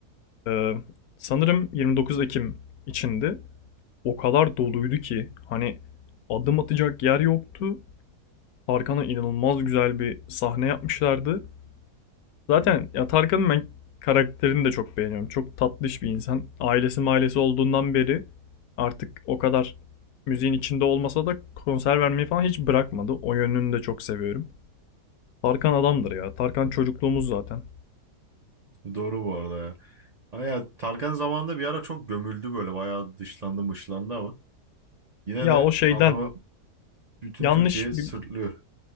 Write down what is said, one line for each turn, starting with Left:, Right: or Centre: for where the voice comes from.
Left: Ee, sanırım 29 Ekim içindi. o kadar doluydu ki hani adım atacak yer yoktu. Tarkan'a inanılmaz güzel bir sahne yapmışlardı. Zaten ya Tarkan'ın ben karakterini de çok beğeniyorum. Çok tatlış bir insan. Ailesi mailesi olduğundan beri artık o kadar müziğin içinde olmasa da konser vermeyi falan hiç bırakmadı. O yönünü de çok seviyorum. Tarkan adamdır ya. Tarkan çocukluğumuz zaten.
Right: doğru bu arada ya. Ama ya Tarkan zamanında bir ara çok gömüldü böyle. Bayağı dışlandı mışlandı ama. Yine
Left: Ya
Right: de
Left: o şeyden
Right: adamı bütün
Left: yanlış
Right: Türkiye
Left: bir
Right: sırtlıyor.